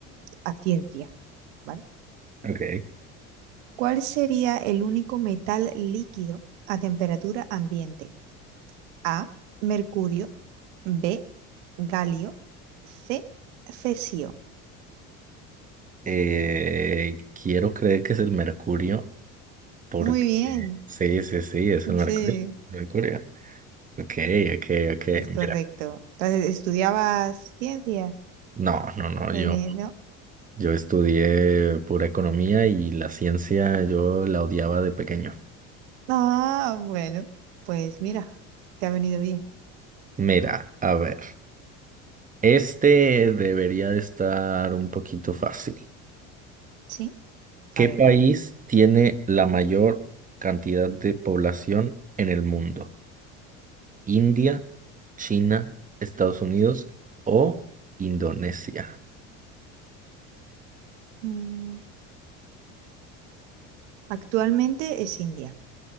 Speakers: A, on the right; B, on the right.
A: a ciencia, ¿vale?
B: Ok.
A: ¿Cuál sería el único metal líquido a temperatura ambiente? A, mercurio, B, galio, C, cesio.
B: Eh, quiero creer que es el mercurio porque...
A: Muy bien.
B: Sí, sí, sí, es el mercurio.
A: Sí,
B: el mercurio. Ok, ok, ok.
A: es correcto.
B: Mira.
A: Entonces, ¿estudiabas ciencia
B: No, no, no.
A: en
B: Yo,
A: el- no?
B: yo estudié pura economía y la ciencia yo la odiaba de pequeño.
A: Ah, bueno, pues mira, te ha venido bien.
B: Mira, a ver. Este debería de estar un poquito fácil.
A: Sí,
B: ¿Qué
A: a ver.
B: país tiene la mayor cantidad de población en el mundo? India, China, Estados Unidos o Indonesia.
A: mm, actualmente es India.